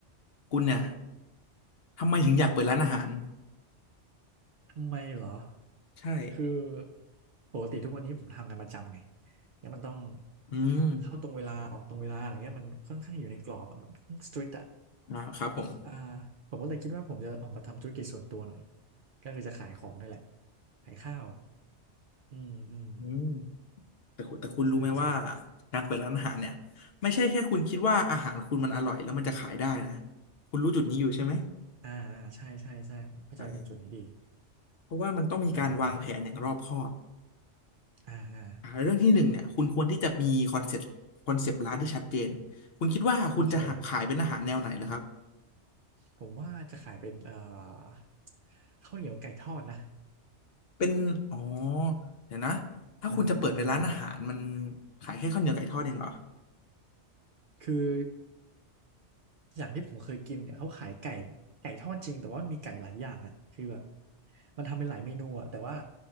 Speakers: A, on the left; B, on the right.
A: คุณเนี่ย ทำไมถึงอยากเปิดร้านอาหาร
B: ทำไมเหรอ
A: ใช่
B: คือปกติทุกวันนี้ผมทำงานประจำไงแล้วมันต้อง
A: อืม
B: เข้าตรงเวลาออกตรงเวลาอย่างเงี้ยมันค่อนข้างอยู่ในกรอบอะมันสตริกอะ
A: อ่าครับผม
B: อ่าผมก็เลยคิดว่าผมจะออกมาทำธุรกิจส่วนตัวหน่อยก็คือจะขายของนี่แหละขายข้าวอืมอืม
A: อืมแต่คุณแต่คุณรู้ไหมว่า
B: ใช่ใช่
A: การเปิดร้านอาหารเนี่ย ไม่ใช่แค่คุณคิดว่าอาหารคุณมันอร่อยแล้วมันจะขายได้นะคุณรู้จุดนี้อยู่ใช่ไหม
B: อ่าอ่าใช่ใช่ใช่ผมเข้าใจตรงจุดนี้ดี
A: ใช่เพราะว่ามันต้องมีการวางแผนอย่างรอบคอบ
B: อ่าอ่าอ่าอ่า
A: อ่าเรื่องที่หนึ่งเนี่ยคุณควรที่จะมีคอนเซ็ปต์คอนเซ็ปต์ร้านที่ชัดเจนคุณคิดว่าคุณจะขายเป็นอาหารแนวไหนเหรอครับ
B: โอเคผมว่าจะขายเป็นเอ่อข้าวเหนียวไก่ทอดนะ
A: เป็นอ๋อเดี๋ยวนะถ้าคุณจะเปิดเป็นร้านอาหารมัน
B: อ่าอ่า
A: ขายแค่ข้าวเหนียวไก่ทอดเองเหรอ
B: คืออย่างที่ผมเคยกินเนี่ยเขาขายไก่ไก่ทอดจริงแต่ว่ามันมีไก่หลายอย่างอ่ะคือแบบมันทำเป็นหลายเมนูอ่ะแต่ว่า